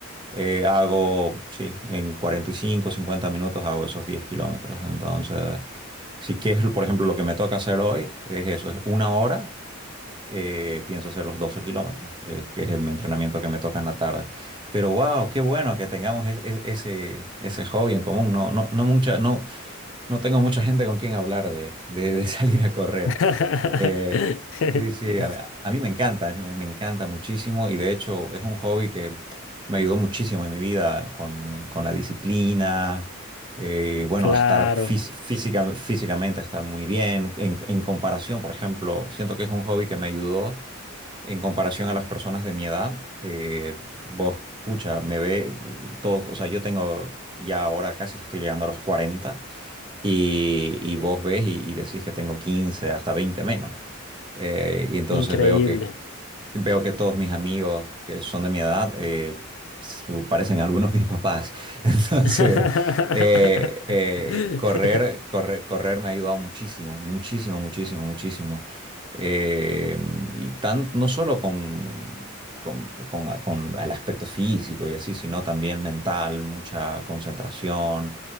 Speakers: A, on the right; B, on the left.
A: Eh, hago, sí, en 45 50 minutos hago esos 10 kilómetros. Entonces, si quieres, por ejemplo, lo que me toca hacer hoy es eso, es una hora, eh, pienso hacer los 12 kilómetros, es que es el- mi entrenamiento que me toca en la tarde. Pero wow, qué bueno que tengamos es- es- ese, ese hobby en común. No, no, no mucha, no, no tengo mucha gente con quien hablar de, de- de <laughs> salir a correr.
B: <laughs>
A: Eh, sí, sí, a, a mí me encanta, me, me encanta muchísimo y de hecho es un hobby que me ayudó muchísimo en mi vida con, con la disciplina, eh, bueno,
B: Claro,
A: a estar fí- física, físicamente, a estar muy bien. En, en comparación, por ejemplo, siento que es un hobby que me ayudó en comparación a las personas de mi edad, eh, vos, pucha, me ve todos, o sea, yo tengo ya ahora casi estoy llegando a los 40 y, y vos ves y, y decís que tengo 15 hasta 20 menos. Eh, y entonces
B: increíble.
A: veo que, veo que todos mis amigos que son de mi edad eh, su- parecen algunos mis papás. <laughs> Entonces,
B: <laughs>
A: eh, eh, correr, correr, correr me ha ayudado muchísimo, muchísimo, muchísimo, muchísimo. Eh, y tan, no solo con, con, con- con el aspecto físico y así, sino también mental, mucha concentración,